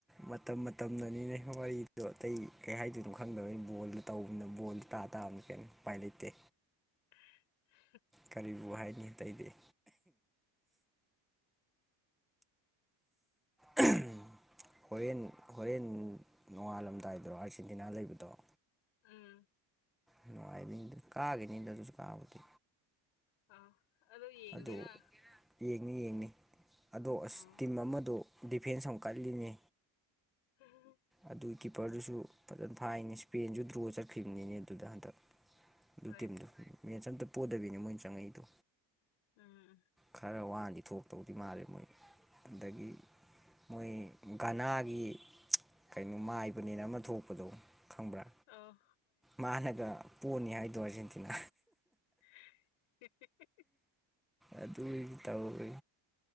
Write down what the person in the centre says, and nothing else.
ꯃꯇꯝ ꯃꯇꯝꯅꯅꯤꯅꯦ ꯋꯥꯔꯤꯗꯣ ꯑꯇꯩ ꯀꯩ ꯍꯥꯏꯗꯣꯏꯅꯣ ꯈꯪꯗꯕꯅꯤ ꯕꯣꯜꯗ ꯇꯧꯕꯅꯤꯅ ꯕꯣꯜ ꯇꯥ ꯇꯥꯕꯅꯦ ꯀꯩꯅꯣ ꯎꯄꯥꯏ ꯂꯩꯠꯇꯦ
ꯀꯔꯤꯕꯨ ꯍꯥꯏꯅꯤ ꯑꯇꯩꯗꯤ <unintelligible> ꯍꯣꯔꯦꯟ ꯍꯣꯔꯦꯟ ꯅꯣꯡꯉꯥꯜꯂꯝꯗꯥꯏꯗ꯭ꯔꯣ ꯑꯥꯔꯖꯦꯟꯇꯤꯅꯥ ꯂꯩꯕꯗꯣ
ꯅꯨꯡꯉꯥꯏꯅꯤꯗ ꯀꯥꯒꯤꯅꯤꯗ ꯑꯗꯨꯖꯨ ꯀꯥꯕꯨꯗꯤ
ꯑꯗꯨ ꯌꯦꯡꯅꯤ ꯌꯦꯡꯅꯤ ꯑꯗꯣ ꯑꯁ
ꯇꯤꯝ ꯑꯃꯗꯣ ꯗꯤꯐꯦꯟꯁ ꯌꯥꯝ ꯀꯜꯂꯤꯅꯦ
ꯑꯗꯨ ꯀꯤꯞꯄꯔꯗꯨꯁꯨ ꯐꯖꯟ ꯐꯥꯏꯅꯦ ꯏꯁꯄꯦꯟꯁꯨ ꯗ꯭ꯔꯣ ꯆꯠꯈꯔꯤꯅꯤꯅꯦ ꯑꯗꯨ ꯍꯟꯗꯛ ꯑꯗꯨ
ꯇꯤꯝꯗꯣ ꯃꯦꯠꯁ ꯑꯝꯇ ꯄꯣꯗꯕꯤꯅꯦ ꯃꯣꯏꯅ ꯆꯪꯉꯛꯏꯗꯣ
ꯈꯔ ꯋꯥꯅꯗꯤ ꯊꯣꯛꯇꯧꯗꯤ ꯃꯥꯂꯦ ꯃꯣꯏ ꯑꯗꯒꯤ ꯃꯣꯏ ꯒꯅꯥꯒꯤ ꯀꯩꯅꯣ ꯃꯥꯏꯕꯅꯦꯅ ꯑꯃ ꯊꯣꯛꯄꯗꯣ ꯈꯪꯕ꯭ꯔꯥ
ꯃꯥꯅꯒ ꯄꯣꯅꯤ ꯍꯥꯏꯗꯣ ꯑꯥꯔꯖꯦꯟꯇꯤꯅꯥ
ꯑꯗꯨ ꯑꯣꯏꯅ ꯇꯧꯔꯣ